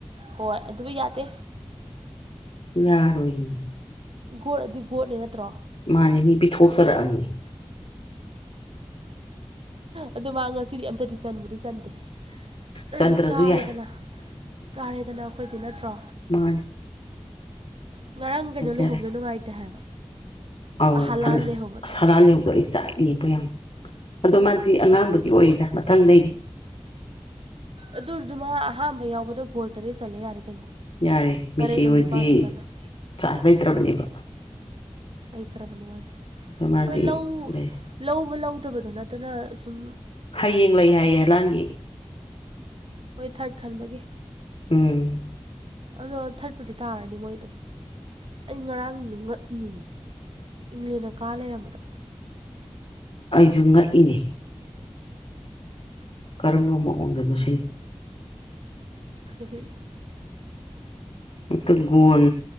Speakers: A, on the right; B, on the left.
A: ꯍꯣꯏ ꯑꯗꯨꯕꯨ ꯌꯥꯗꯦ
B: ꯌꯥꯔꯣꯏꯅꯦ
A: ꯒꯣꯠꯑꯗꯤ ꯒꯣꯠꯅꯦ ꯅꯠꯇ꯭ꯔꯣ
B: ꯃꯥꯅꯤ ꯃꯤ ꯄꯤꯊꯣꯛꯆꯔꯛꯑꯕꯅꯤ
A: ꯑꯗꯨ ꯃꯥ ꯉꯁꯤꯗꯤ ꯑꯝꯊꯗꯤ ꯆꯟꯕꯨꯗꯤ ꯆꯟꯗꯦ ꯅꯁꯨ
B: ꯆꯟꯗ꯭ꯔꯁꯨ
A: ꯀꯥꯔꯦꯗꯅ
B: ꯌꯥꯏ
A: ꯀꯥꯔꯦꯗꯅ ꯑꯩꯈꯣꯏꯗꯤ ꯅꯠꯇ꯭ꯔꯣ
B: ꯃꯥꯅꯦ
A: ꯉꯔꯥꯡ ꯀꯩꯅꯣ ꯂꯩꯍꯧꯕꯗ
B: ꯌꯥꯔꯦ
A: ꯅꯨꯡꯉꯥꯏꯇꯦ ꯍꯥꯏꯕ
B: ꯑꯧ
A: ꯍꯂꯥꯟ
B: ꯍꯜꯂ
A: ꯂꯩꯍꯧꯕꯗꯣ
B: ꯁꯔꯥ ꯂꯍꯧꯗꯣꯛ ꯑꯩ ꯆꯥꯛ ꯏꯅꯦꯕꯌꯥꯝ ꯑꯗꯣ ꯃꯥꯗꯤ ꯑꯉꯥꯡꯕꯨꯗꯤ ꯑꯣꯏꯔꯤꯗ ꯃꯊꯪꯗꯔꯤ
A: ꯑꯗꯨꯔꯁꯨ ꯃꯥ ꯑꯍꯥꯟꯕ ꯌꯥꯎꯕꯗ ꯒꯣꯜ ꯇꯔꯦꯠ ꯆꯜꯂꯦ ꯌꯥꯔꯦ ꯀꯩꯅꯣ
B: ꯌꯥꯔꯦ
A: ꯇꯔꯦꯠꯂꯣ
B: ꯃꯦꯁꯤ ꯍꯣꯏꯗꯤ
A: ꯅꯤꯄꯥꯜꯂꯣ ꯆꯜꯂꯝ
B: ꯆꯥꯟꯁ ꯂꯩꯇ꯭ꯔꯕꯅꯦꯕ
A: ꯂꯩꯇ꯭ꯔꯕꯅꯦ ꯃꯣꯏꯁꯦ
B: ꯑꯗꯣ ꯃꯥꯗꯤ
A: ꯍꯣꯏ ꯂꯧ
B: ꯂꯩ
A: ꯂꯧꯕ ꯂꯧꯗꯕꯗ ꯅꯠꯇꯅ ꯁꯨꯝ
B: ꯍꯌꯦꯡ ꯂꯩ ꯍꯥꯏꯌꯦ ꯍꯂꯥꯡꯒꯤ
A: ꯃꯣꯏ ꯊꯥꯔꯠ ꯈꯟꯕꯒꯤ
B: ꯎꯝ
A: ꯑꯗꯣ ꯊꯥꯔꯠꯄꯨꯔꯗꯤ ꯇꯥꯔꯅꯤ ꯃꯣꯏꯗꯣ ꯑꯩ ꯉꯔꯥꯡ ꯉꯛꯏꯅꯤꯡꯃꯤ ꯏꯪꯂꯦꯟꯅ ꯀꯥ ꯂꯩꯔꯝꯕꯗꯣ
B: ꯑꯩꯁꯨ ꯉꯛꯏꯅꯦ ꯀꯔꯝꯕ ꯃꯑꯣꯡꯗꯅꯣꯁꯤ
A: <unintelligible>
B: ꯍꯦꯛꯇ ꯒꯣꯟ